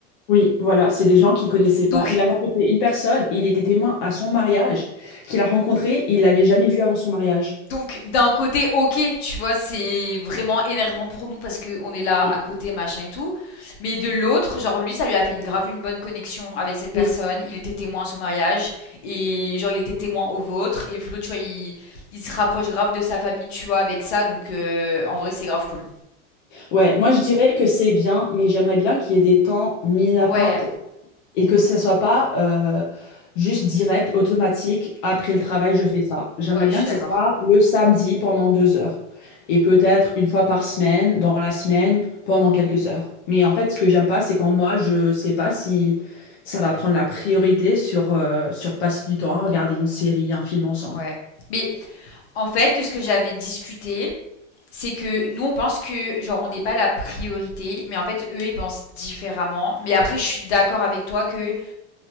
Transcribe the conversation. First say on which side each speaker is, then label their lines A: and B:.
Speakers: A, on the left (about 40°); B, on the left (about 60°).
A: oui, voilà, c'est des gens qu'il connaissait
B: Donc,
A: pas. Il a rencontré une personne et il était témoin à son mariage qu'il a rencontré, il l'avait jamais vu avant son mariage.
B: Donc d'un côté, ok, tu vois, c'est vraiment énervant pour nous parce que on est là à
A: Oui,
B: côté, machin et tout. Mais de l'autre, genre lui, ça lui a fait une grave une bonne connexion avec cette personne.
A: oui.
B: Il était témoin à son mariage et genre il était témoin au vôtre. Et Flo, tu vois, il, il se rapproche grave de sa famille, tu vois, avec ça. Donc euh, en vrai, c'est grave cool.
A: ouais, moi je dirais que c'est bien, mais j'aimerais bien qu'il y ait des temps mis à
B: Ouais,
A: part pour et que ce soit pas euh, juste direct, automatique, après le travail,
B: Mm.
A: je fais ça. J'aimerais
B: ouais,
A: bien
B: je suis
A: que
B: d'accord.
A: ce soit le samedi pendant deux heures et peut-être une fois par semaine, dans la semaine, pendant quelques heures. Mais en fait, ce que j'aime pas, c'est quand moi, je sais pas si ça va prendre la priorité sur, euh, sur passer du temps à regarder une série, un film ensemble.
B: Ouais. Mais en fait, de ce que j'avais discuté, c'est que nous on pense que genre on n'est pas la priorité, mais en fait eux ils pensent différemment. Mais après je suis d'accord avec toi que,